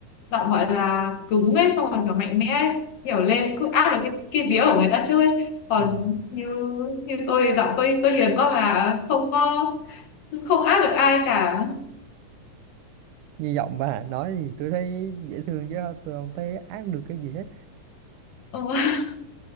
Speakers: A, on the left; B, on the right.
A: giọng gọi là cứng ấy, xong rồi kiểu mạnh mẽ ấy, kiểu lên cứ áp được cái, cái vía của người ta trước ấy. Còn
B: ừ.
A: như như tôi thì giọng tôi tôi hiền quá mà không có không áp được ai cả.
B: như giọng bà nói thì tôi thấy dễ thương chứ tôi không thấy ác được cái gì hết
A: Ừ. <laughs>